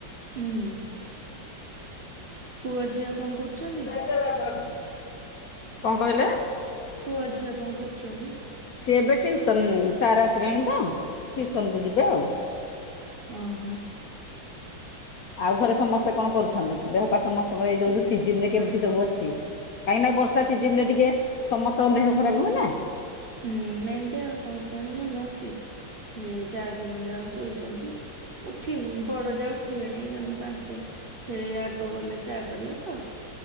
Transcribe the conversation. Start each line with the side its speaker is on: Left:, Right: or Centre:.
Right: ହୁଁ ପୁଅ ଝିଅ କଣ କରୁଛନ୍ତି?
Left: କଣ କହିଲେ?
Right: ପୁଅ ଝିଅ କଣ କରୁଛନ୍ତି?
Left: ସିଏ ଏବେ ଟିଉସନ ସାର୍ ଆସିଲାଣି ତ ଟ୍ୟୁଉସନକୁୁ ଯିବେ ଆଉ।
Right: ହଁ ହଁ।
Left: ଆଉ ଘରେ ସମସ୍ତେ କଣ କରୁଛନ୍ତି ଦେହ ପା ସମସ୍ତଙ୍କର ଏଇ ଯୋଉ ସିଜିନ ରେ କେମିତି ସବୁ ଅଛି? କାହିଁକି ନା ବର୍ଷା ସିଜିନ ରେ ଟିକେ ସମସ୍ତଙ୍କ ଦେହ ଖରାପ ହୁଏ ନା।
Right: ହୁଁ ନାଇଁତି ଆଉ ସମସ୍ତ ଦିନ ଭଲ ଅଛି। ସେ ଯା ଦି ଜଣ ଯାକ ଶୋଇଛନ୍ତି। ଉଠିବ ବଡ ଯା ଉଠିବେନି କାରଣ ତାଙ୍କ ସେ ଆଗ ଗଲେ ଚା କରିବେ ତ